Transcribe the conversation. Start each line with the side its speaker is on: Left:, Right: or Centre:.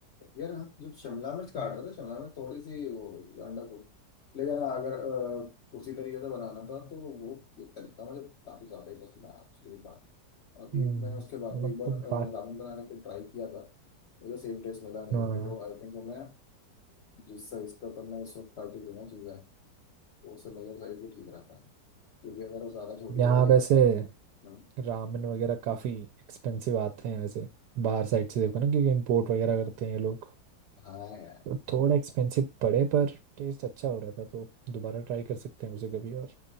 Left: यार हम जब शिमला मिर्च काट रहे थे शिमला मिर्च थोड़ी सी वो हो गई थी, अंडा को लेकिन अगर अ, उसी तरीके से बनाना था तो वो ये तरीका मुझे काफी ज्यादा ही पसंद आया एक्चुअली बात अभी
Right: हम्म,
Left: मैं उसके बाद
Right: मतलब
Left: भी एक बार
Right: तो
Left: अ,
Right: बाकी
Left: रामेन बनाने के ट्राई किया था मुझे सेम टेस्ट मिला नहीं
Right: हाँ
Left: तो आई थिंक हमें जिस साइज पे अपन ने उस वक्त काटी थी ना चीज़ें वो उससे मेजर साइज भी ठीक रहता है क्योंकि अगर वो ज्यादा छोटी
Right: यहाँ
Left: हो गई
Right: वैसे
Left: हम्म।
Right: रामेन वगैरह काफ़ी एक्सपेंसिव आते हैं वैसे बाहर साइड से देखो ना क्योंकि इम्पोर्ट वगैरह करते हैं ये लोग
Left: हाँ यार
Right: तो थोड़ा एक्सपेंसिव पड़े पर टेस्ट अच्छा हो रहा था तो दोबारा ट्राई कर सकते हैं उसे कभी और